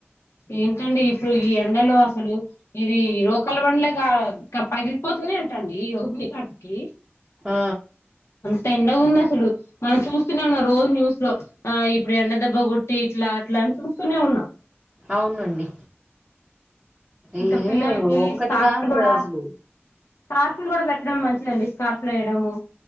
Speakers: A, on the left; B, in the centre.
A: ఏం ఏంటండి ఇప్పుడు ఈ ఎండలో అసలు ఇది రోకలి బండలేగా పగిలిపోతున్నాయంటండి ఈ రోహిణి కార్తికి
B: ఆ
A: తెండగుందసలు మనం చూస్తూనే ఉన్నాం రోజు న్యూస్ లో ఆ ఇప్పుడు ఎండ దెబ్బ కొట్టి ఇట్లా అట్లా అని చూస్తూనే ఉన్నా
B: అవునండి
A: ఇంక
B: ఈ
A: పిల్లలకి
B: ఒక్కటి
A: స్కార్ఫ్
B: కాదు
A: లు కూడా
B: అసలు.
A: స్కార్ఫ్ లు కూడా పె ట్టడం మంచిదండి స్కార్ఫ్ లేయడము